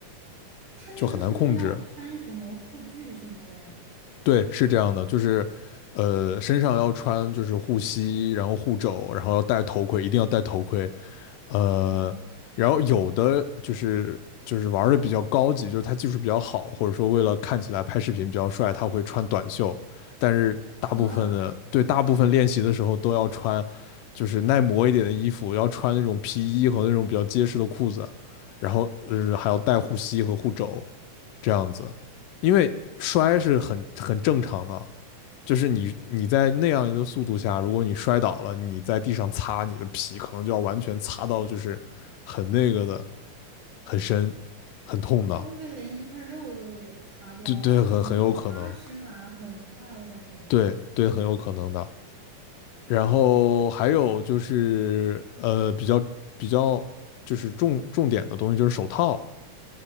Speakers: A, on the right; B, on the left.
A: 他那个是不是要穿什么护具什么的呀？
B: 就很难控制。对，是这样的，就是，呃，身上要穿就是护膝，然后护肘，然后要戴头盔，一定要戴头盔，呃，
A: 哦，
B: 然后有的就是就是玩的比较高级，就是他技术比较好，或者说为了看起来拍视频比较帅，他会穿短袖，但是大部分的对大部分练习的时候都要穿
A: 啊，
B: 就是耐磨一点的衣服，要穿那种皮衣和那种比较结实的裤子，然后呃还要戴护膝和护肘这样子。因为摔是很很正常的，就是你你在那样一个速度下，如果你摔倒了，你在地上擦，你的皮可能就要完全擦到就是很那个的，很深，很痛的，
A: 他会不会连一块肉都给擦掉啊？
B: 对对，很很有可能，
A: 你这个八十码很快，我感觉。
B: 对对，很有可能的。然后还有就是呃，比较比较就是重重点的东西就是手套，